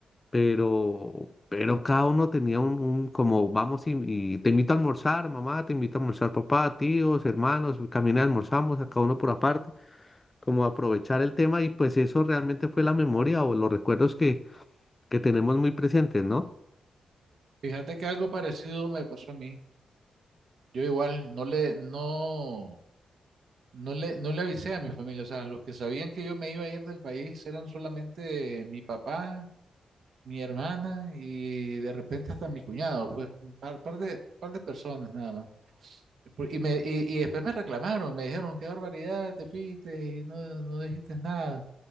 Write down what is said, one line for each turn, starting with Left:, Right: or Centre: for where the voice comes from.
Left: pero, pero cada uno tenía un, un como vamos y, y te invito a almorzar, mamá, te invito a almorzar, papá, tíos, hermanos, caminé, almorzamos, a cada uno por aparte, como aprovechar el tema y pues eso realmente fue la memoria o los recuerdos que, que tenemos muy presentes, ¿no?
Right: fíjate que algo parecido me pasó a mí. Yo igual, no le, no. No le, no le avisé a mi familia, o sea, los que sabían que yo me iba a ir del país eran solamente mi papá, mi hermana y de repente hasta mi cuñado, pues un par, par de, par de personas nada más. Y, por- y me, y, y después me reclamaron, me dijeron, qué barbaridad, te fuiste y no, no dijiste nada.